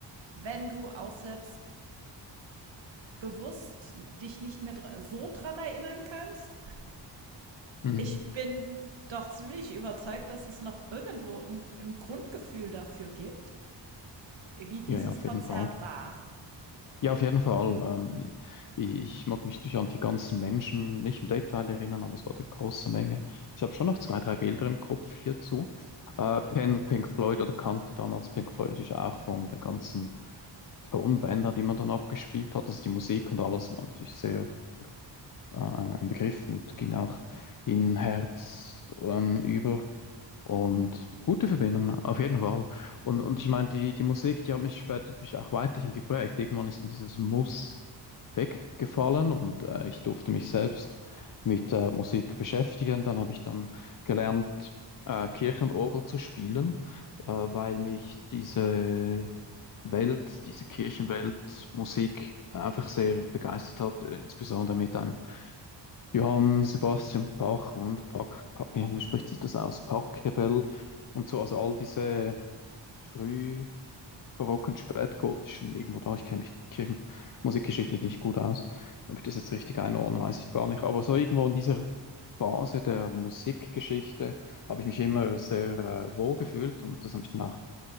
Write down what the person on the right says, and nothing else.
wenn du auch selbst bewusst dich nicht mehr dr so dran erinnern kannst,
ich bin doch ziemlich überzeugt, dass es noch irgendwo ein, ein Grundgefühl dafür gibt, wie dieses
Konzert
war.